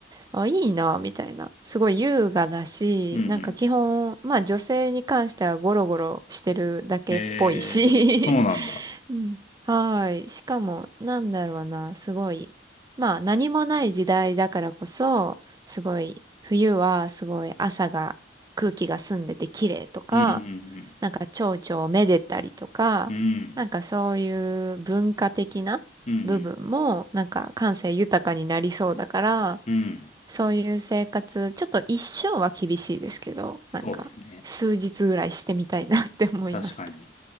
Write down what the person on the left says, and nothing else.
うんうん。
へえ、そうなんだ。
うんうんうん。
うん、
うん、
うん、うん
そうですね。
確かに。